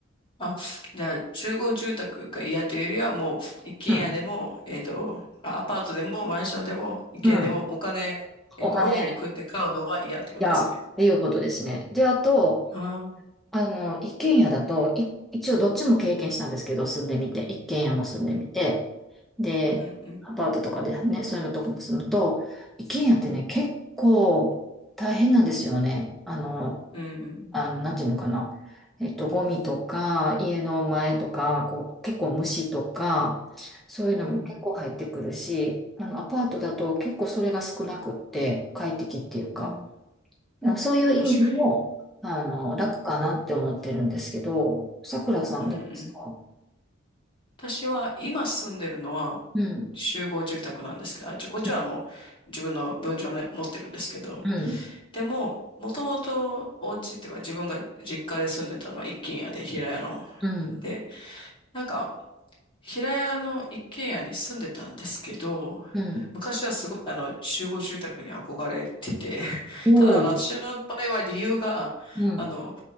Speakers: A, on the left; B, in the centre.
A: あ、じゃあ、集合住宅が嫌というよりは、もう一軒家でも、
B: うん、
A: えっと、あアパートでもマンションでも一軒家でもお金、
B: うん。
A: えーローンを組んで買うのは嫌ってことですね。
B: お金、いや、っていうことですね。で、あと、
A: ああ、うん、
B: あの、一軒家だと、い一応どっちも経験したんですけど、住んでみて、一軒家も住んでみて、
A: うん、
B: で、
A: うん、
B: アパートとかでね、そういうのとかも住むと、一軒家ってね、
A: うん、
B: 結構大変なんですよね。あの、
A: うん。
B: あの、なんていうのかな。えっと、ゴミとか、家の前とか、こう、結構虫とか、そういうのも結構入ってくるし、
A: うん
B: あの、アパートだと結構それが少なくって、快適っていうか、
A: うんうん。
B: そういう意味でも、
A: 確か
B: あの、楽かなって思ってるんですけど、
A: に。うん。
B: さくらさんどうですか
A: うんうん。私は今住んでるのは
B: うん。
A: 集合住宅なんですけど、あ、ちょ、こっちはもう自分の分譲の持ってるんですけど、
B: うん。うん。
A: でも、もともとお家っていうか自分が実家で住んでたのは一軒家で平屋の。
B: うん。
A: で、なんか平屋の一軒家に住んでたんですけど、
B: うん。
A: 昔はすごいあの集合住宅に憧れてて、<laughs>
B: おお
A: ただあの私の場合は理由が、
B: うん。
A: あの、